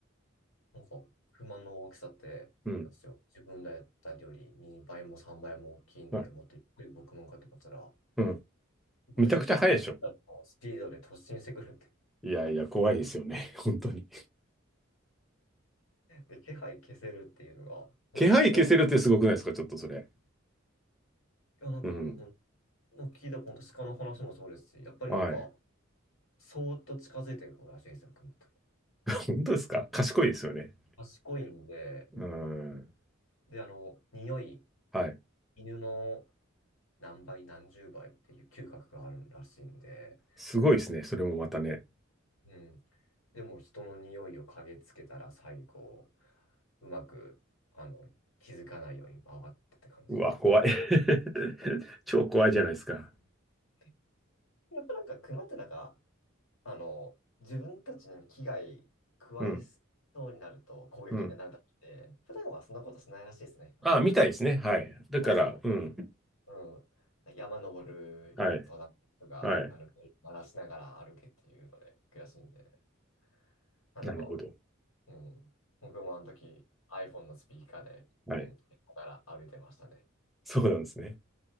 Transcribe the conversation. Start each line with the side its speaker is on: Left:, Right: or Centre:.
Left: なんか、熊の大きさって、
Centre: うん。
Left: なんですよ。自分らやったより2倍も3倍も大きいんで、
Centre: ま
Left: もっとゆっくり僕もかってこったら、
Centre: うん。
Left: 50キロのスピードで突進してくるって。
Centre: めちゃくちゃ早いでしょ。いやいや、怖いですよね。<laughs> 本当に。
Left: <laughs> で、気配消せるっていうのが、本当怖い。
Centre: 気配消せるってすごくないですかちょっとそれ。
Left: いや、なんかもう、
Centre: うん。
Left: ほん、なんか聞いたこと鹿の話もそうですし、やっぱりなんか、
Centre: はい。
Left: そーっと近づいてくるらしいですよ、熊って。
Centre: 本当ですか賢いですよね。
Left: 賢いんで、
Centre: うん。
Left: で、あの、匂い、
Centre: はい。
Left: 犬の何倍、何十倍っていう嗅覚があるらしいんで、
Centre: すごいですね。それもまたね。
Left: うん。でも、人の匂いを嗅ぎつけたら最後、うまく、あの、気づかないように回ってって感じで。
Centre: うわ、怖い。<laughs> 超怖いじゃないですか。
Left: <laughs> やっぱなんか、熊ってなんか、あの、自分たちに危害加えそ
Centre: うん。
Left: うになると攻撃になるんだって、
Centre: うん。
Left: 普段はそんなことしないらしいですね。やっぱりあの、
Centre: あ、みたいですね。はい。だから、
Left: 中の、
Centre: うん。
Left: うん、山登る、
Centre: はい。
Left: よく登山とか、
Centre: はい。
Left: あの、鳴らしながら歩けっていうので悔しいんで。まあでも、
Centre: なるほど。
Left: うん、僕もあの時 iPhone のスピーカーで、
Centre: はい。
Left: うん、だから歩いてましたね。
Centre: そうなんですね。